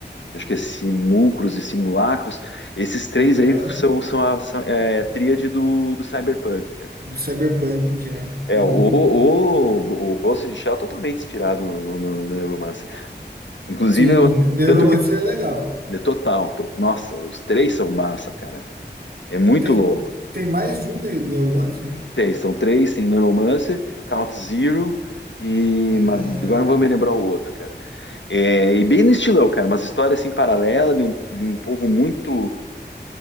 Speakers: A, on the left; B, on the right.
A: acho que é Simulcros e Simulacros, esses três
B: Aham.
A: aí são, são a são- é, a tríade do, do Cyberpunk.
B: Do Cyberpunk, né?
A: É,
B: Uhum.
A: o, o, o Ghost in the Shell é totalmente inspirado no, no, no Neuromancer. Inclusive,
B: Sim,
A: eu-
B: Neuromancer
A: tanto que
B: é legal.
A: é total. to- nossa, os três são massa, cara. É muito
B: Tem,
A: louco.
B: tem mais de um Neu- Neuromancer?
A: Tem, são três, tem Neuromancer, Count Zero e.
B: Ah,
A: ma- Agora não vou me lembrar o outro, cara. É, e bem no estilão, cara, umas histórias assim paralela de um, de um povo muito.